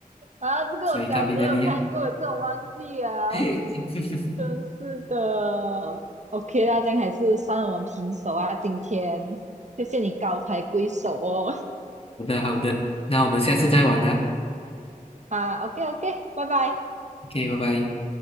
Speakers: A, on the right; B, on the left.
A: 啊，这个我小时候有看过，
B: 所以它比较厉害。
A: 这我忘记了，
B: <laughs>
A: 真是的。OK 大家样还是算我们平手啊，今天谢谢你高抬贵手哦。<laughs>
B: 好的，好的，那我们下次再玩啦。
A: 啊，OK OK，拜拜。
B: OK，拜拜。